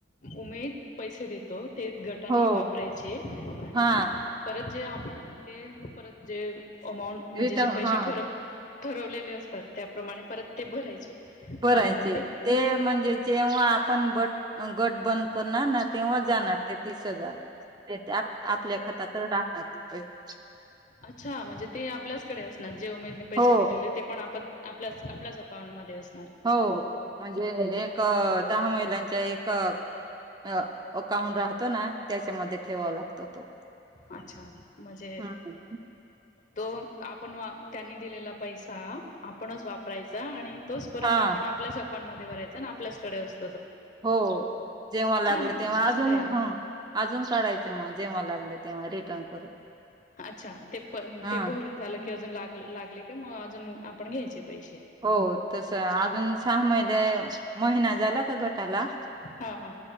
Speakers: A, on the left; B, on the right.
A: उमेद पैसे देतो. ते गटाने
B: हो
A: वापरायचे आणि
B: हा
A: परत जे आपण ते परत जे अमाऊंट म्हणजे
B: रिटर्न
A: जे पैसे
B: हा
A: ठरव ठरवलेले असतात त्याप्रमाणे परत ते भरायचे.
B: भरायचे
A: आणि मग
B: ते म्हणजे जेव हा आपण बट गट बंद करणार ना तेव्हा जाणार ते तीस हजार. ते आपल्या खात्यात राहणार ते पैशे.
A: अच्छा म्हणजे ते आपल्याचकडे असणार जे उमेदने पैसे
B: हो
A: दिलेले ते पण आपण आपल्या आपल्याच अकाउंटमध्ये असत.
B: हो म्हणजे एक दहा महिलांच्या एक अ अकाउं राहतो ना त्याच्यामध्ये ठेवावा लागतो तो.
A: अच्छा म्हणजे
B: हम्म
A: तो आपण त्यांनी दिलेला पैसा आपणच वापरायचा आणि तोच परत
B: हा
A: आपण आपल्याच अकाउंटमध्ये भरायचा आणि आपल्याचकडे अस
B: हो जेव्हा लागलं
A: आहे ना
B: तेव्हा
A: मस्त
B: अजून
A: आहे
B: ह अजून काढायचे मग जेव्हा लागले तेव्हा रिटर्न करू.
A: अच्छा ते प
B: हा
A: ते भरून झालं की अजून लाग लागले का मग अजून आपण घ्यायचे. पैसे
B: हो तस अजून सहा महिने महिना झाला का गटाला
A: हा हा